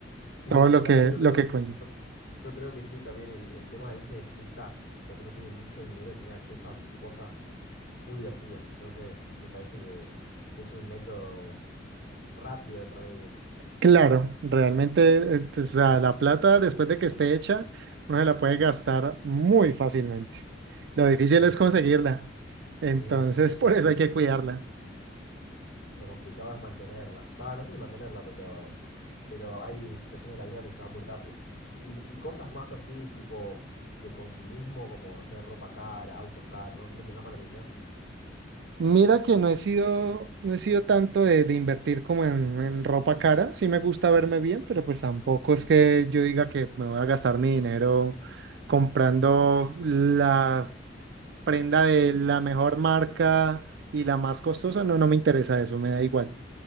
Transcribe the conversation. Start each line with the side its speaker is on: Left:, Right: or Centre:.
Left: Sí,
Right: todo
Left: sí,
Right: lo
Left: sabes
Right: que
Left: que yo
Right: lo
Left: creo,
Right: que conlleva.
Left: yo, yo creo que sí, también el, el tema de irse de fiesta cuando no tiene mucho dinero tiene acceso a cosas muy divertidas. Entonces, me parece que, que es un método rápido de perder dinero.
Right: Claro, realmente, eh, o sea, la plata después de que esté hecha, uno se la puede gastar muy fácilmente. Lo difícil
Left: 100%.
Right: es conseguirla. Entonces,
Left: Sí, sí, sí, sí,
Right: <laughs> por
Left: sí.
Right: eso hay que cuidarla.
Left: Lo complicado es mantenerla. Va, no sé si mantenerla, pero, pero hay situaciones de la vida donde se va muy rápido. Y, y cosas más así, tipo de consumismo, como, no sé, ropa cara, autos caros, ¿no, no te llama la atención?
Right: Mira que no he sido, no he sido tanto de, de invertir como en, en ropa cara. Sí me gusta verme bien, pero pues tampoco es que yo diga que me voy a gastar mi dinero comprando la prenda de la mejor marca y la más costosa. No, no me interesa eso, me da igual.